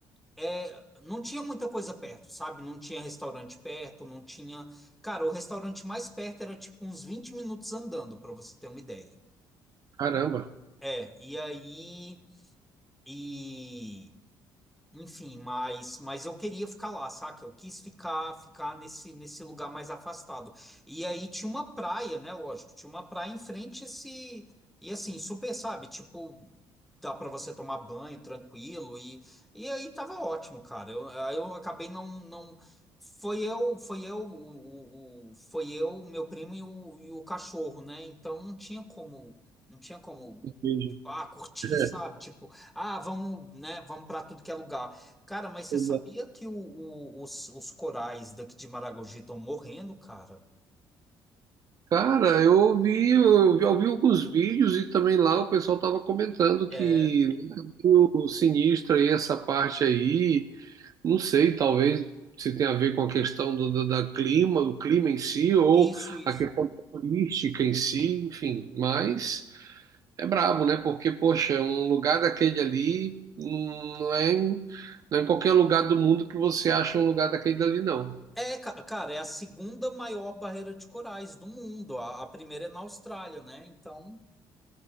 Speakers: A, in the centre; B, on the right.
A: É, não tinha muita coisa perto, sabe? Não tinha restaurante perto, não tinha. Cara, o restaurante mais perto era tipo uns 20 minutos andando, pra você ter uma ideia.
B: caramba,
A: É, e aí. E. Enfim, mas, mas eu queria ficar lá, saca? Eu quis ficar ficar nesse, nesse lugar mais afastado. E aí tinha uma praia, né? Lógico, tinha uma praia em frente a esse. E assim, super, sabe? Tipo, dá para você tomar banho tranquilo. E, e aí tava ótimo, cara. Eu, aí eu acabei não, não. Foi eu, foi eu, o, o, o- foi eu, meu primo e o, e o cachorro, né? Então não tinha como, não tinha como
B: entendi.
A: ah, curtir,
B: É,
A: sabe? Tipo, ah, vamos, né, vamos para tudo que é lugar. Cara, mas você
B: exato.
A: sabia que o- o- os, os corais daqui de Maragogi estão morrendo, cara?
B: Cara, eu ouvi, eu vi- eu vi alguns vídeos e também lá o pessoal tava comentando que
A: É.
B: o sinistro aí, essa parte aí. Não sei, talvez se tenha a ver com a questão do, do- da clima, do clima em si, ou
A: Isso, isso.
B: a questão turística em si, enfim. Mas é brabo, né? Porque, poxa, um lugar daquele ali hum, não é em, não é em qualquer lugar do mundo que você acha um lugar daquele ali, não.
A: É, ca- cara, é a segunda maior barreira de corais do mundo. A, a primeira é na Austrália, né? Então,